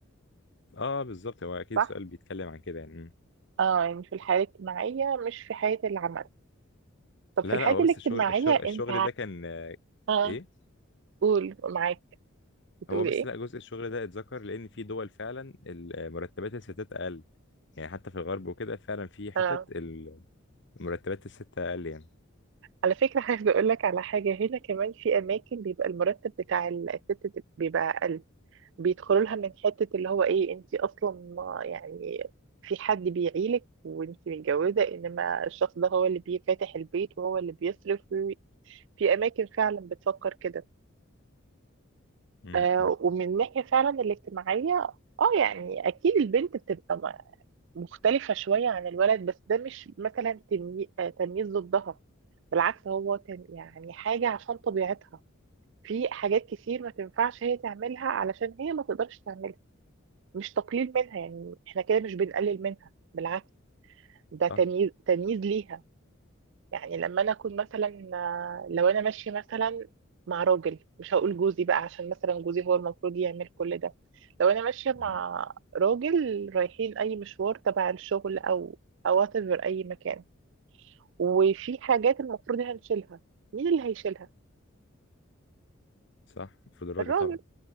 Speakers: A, on the left; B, on the right.
A: أه بالظبط هو أكيد
B: صح؟
A: السؤال بيتكلم عن كده يعني مم.
B: اه يعني في الحياة الاجتماعية مش في حياة العمل طب
A: لا
B: في الحياة
A: لا هو
B: الاجتماعية
A: بس الشغل الشغل الشغل
B: انت
A: ده كان آه،
B: اه
A: إيه
B: قول معاك بتقول
A: هو بس
B: ايه؟
A: لا جزء الشغل ده اتذكر لأن في دول فعلا ال- مرتبات الستات أقل يعني حتى في الغرب وكده فعلا في حتت
B: اه
A: ال- مرتبات الست أقل يعني
B: على فكرة <laughs> عايز اقول لك على حاجة هنا كمان في اماكن بيبقى المرتب بتاع الست بيبقى اقل بيدخلوا لها من حتة اللي هو ايه انت اصلا يعني في حد بيعيلك وانت متجوزة انما الشخص ده هو اللي بيفتح البيت وهو اللي بيصرف في اماكن فعلا بتفكر كده
A: مم،
B: آه
A: مم.
B: ومن الناحية فعلا الاجتماعية اه يعني اكيد البنت بتبقى م- مختلفة شوية عن الولد بس ده مش مثلا تمي- آه، تمييز ضدها بالعكس هو تم- يعني حاجة عشان طبيعتها في حاجات كتير ما تنفعش هي تعملها علشان هي ما تقدرش تعملها مش تقليل منها يعني احنا كده مش بنقلل منها بالعكس ده تمييز
A: صح؟
B: تمييز ليها يعني لما انا اكون مثلا آه، لو انا ماشيه مثلا مع راجل مش هقول جوزي بقى عشان مثلا جوزي هو المفروض يعمل كل ده لو انا ماشيه مع
A: مم.
B: راجل رايحين اي مشوار تبع الشغل او او whatever اي مكان وفي حاجات المفروض هنشيلها مين اللي هيشيلها
A: صح المفروض الراجل
B: الراجل
A: طبعا